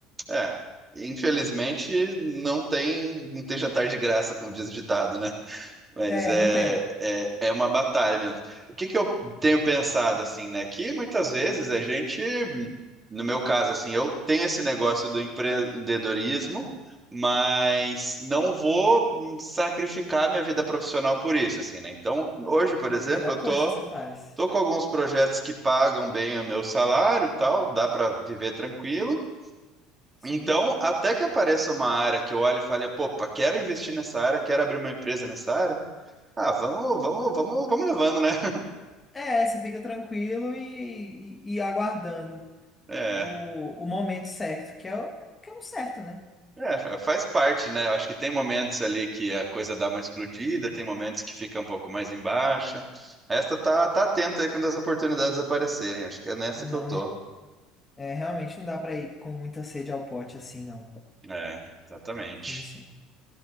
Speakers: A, on the right; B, on the left.
A: é. Infelizmente, não tem, não tem jantar de graça, como diz o ditado, né? Mas
B: É,
A: é,
B: não tem.
A: é, é uma batalha mesmo. O que que eu tenho pensado, assim, né? Que muitas vezes a gente, no meu caso, assim, eu tenho esse negócio do empreendedorismo, mas não vou hum, sacrificar minha vida profissional por isso, assim, né? Então, hoje, por exemplo,
B: a Melhor
A: eu
B: coisa
A: tô,
B: que você faz.
A: tô com alguns projetos que pagam bem o meu salário e tal, dá para viver tranquilo.
B: Sim.
A: Então, até que apareça uma área que eu olhe e fale, pô, pá, quero investir nessa área, quero abrir uma empresa nessa área. Ah, vamos, vamos, vamos, vamos levando, né? <laughs>
B: É, você fica tranquilo e, e, e aguardando
A: É,
B: o, o momento certo, que é o, que é o certo, né?
A: é, fa- faz parte, né? Eu acho que tem momentos ali que a coisa dá uma explodida, tem momentos que fica um pouco mais em baixa. Esta tá, tá atento aí quando as oportunidades aparecerem. Acho que é nessa
B: Não
A: que eu tô.
B: é É, realmente não dá pra ir com muita sede ao pote assim, não.
A: É, exatamente.
B: Sim, sim.